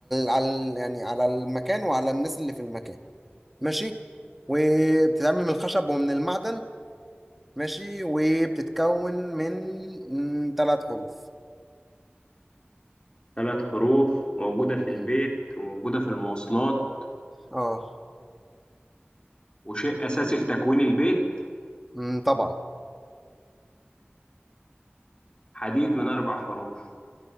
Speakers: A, in the centre; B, on the left.
A: على يعني على المكان وعلى الناس اللي في المكان ماشي وبتتعمل من الخشب ومن المعدن ماشي وبتتكون من ثلاث حروف
B: ثلاث حروف موجودة في البيت
A: مم.
B: وموجودة في المواصلات
A: اه
B: وشيء أساسي في تكوين البيت
A: مم، طبعا
B: حديد من أربع حروف